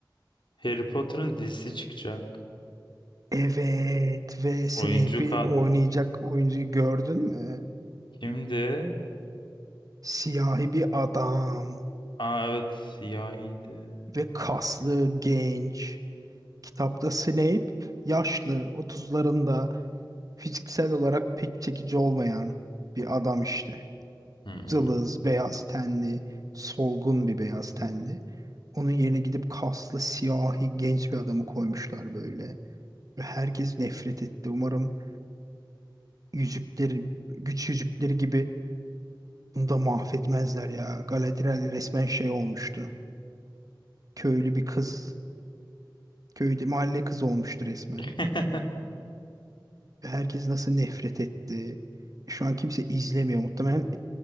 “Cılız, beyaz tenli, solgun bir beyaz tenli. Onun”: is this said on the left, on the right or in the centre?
Right